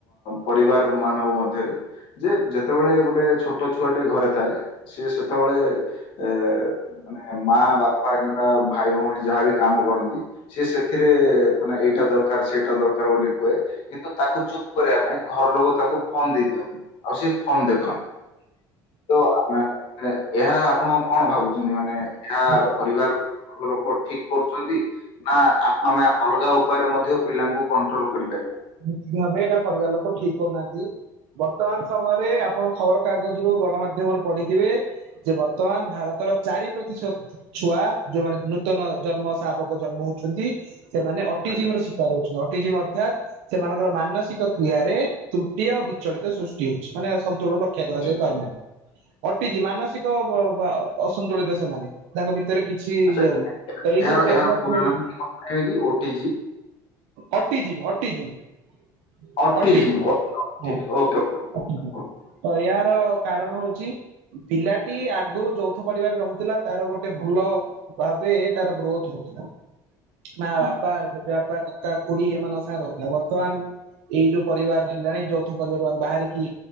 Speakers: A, on the left (about 65°); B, on the right (about 80°).
A: ପରିବାର ମାନଙ୍କ ମଧ୍ୟରେ ଯେ ଯେତେବେଳେ ଗୋଟେ ଛୋଟ ଛୁଆଟେ ଘରେ ଥାଏ ସିଏ ସେତେବେଳେ ଏ ମାନେ ମା ବାପା କିମ୍ବା ଭାଇ ଭଉଣୀ ଯାହାବି କାମ କରନ୍ତି ସିଏ ସେଥିରେ ମାନେ ଏଇଟା ଦରକାର ସେଇଟା ଦରକାର ବୋଲି କୁହେ କିନ୍ତୁ ତାକୁ ଚୁପ୍ କରିବା ପାଇଁ ଘର ଲୋକ ତାକୁ ଫୋନ ଦେଇ ଦିଅନ୍ତି ଆଉ ସେ ଫୋନ ଦେଖନ୍ତି ତ ଏହା ଆପଣ କଣ ଭାବୁଛନ୍ତି ମାନେ ଏହା
B: ଏକ-
A: ପରିବାର ଲୋକ ଠିକ୍ କରୁଛନ୍ତି ନା ଆକୁ ଆମେ ଅଲଗା ଉପାୟରେ ମଧ୍ୟ ପିଲାଙ୍କୁ କଣ୍ଟ୍ରୋଲ କରିପାରିବା
B: ନିଶ୍ଚିତ ଭାବେ ଏଇଟା ପରିବାର ଲୋକ ଠିକ୍ କରୁନାହାନ୍ତି ବର୍ତ୍ତମାନ ସମୟରେ ଆପଣ ଖବର କାଗଜ ରୁ ଗଣମାଧ୍ୟମରେ ପଢିଥିବେ ଯେ ବର୍ତ୍ତମାନ ଭାରତର ଚାରି ପ୍ରତିଶତ ଛୁଆ ଯୋଉମାନେ ନୂତନ ଜନ୍ମ ଶାବକ ଜନ୍ମ ହଉଛନ୍ତି ସେମାନେ ଅଟିଜିମ୍
A: ଆଜ୍ଞା
B: ର ଶିକାର ହଉଛନ୍ତି ଅଟିଜିମ୍ ଅର୍ଥାତ୍ ସେମାନଙ୍କର ମାନସିକ କ୍ରିୟାରେ ତୃଟି ଓ ବିଚଳିତ ସୃଷ୍ଟି ହଉଛି ମାନେ ସନ୍ତୁଳନ ରକ୍ଷା କରାଯାଇ
A: ଠିକ
B: ପାରୁନାହିଁ ଅଟିଜି ମାନସିକ ଅସନ୍ତୁଳିତ ସେମାନେ ତାଙ୍କ ଭିତରେ କିଛି ଇ
A: ଆଚ୍ଛା
B: ହଉନି ତ ଏଇ
A: ଏହାର
B: ସବୁ ଡେଭଲପଉ
A: ଏହାର ପୁରା ନାମ ଟିକେ କହିପାରିବେ କି ଓଟିଜି?
B: ଅଟିଯିବ୍ ଅଟିଯିବ୍
A: ଅଟିଜିମ୍
B: ଅଟିଯିବ୍
A: ଓକେ, ଠିକ
B: ହଁ
A: ଓକେ ଓକେ ଓକେ
B: ଆ ତ
A: ଓକେ,
B: ଏହାର
A: ଓକେ।
B: କାରଣ ହଉଛି ପିଲାଟି ଆଗରୁ ଯୌଥ ପରିବାର ରହୁଥିଲା ତାର ଗୋଟେ ଭଲ ଭାବେ ଏ ତାର ଗ୍ରୋଥ ହଉଥିଲା ମା
A: ହଁ
B: ବାପା ଜେଜେ ବାପା କକା ଖୁଡି ଏମାନଙ୍କ ସାଙ୍ଗେ ରହୁଥିଲା ବ ବର୍ତ୍ତମାନ ଏଇ ଯୋଉ ପରିବାର ହେଲାଣି ଯୌଥ ପରିବାର ବାହାରିକି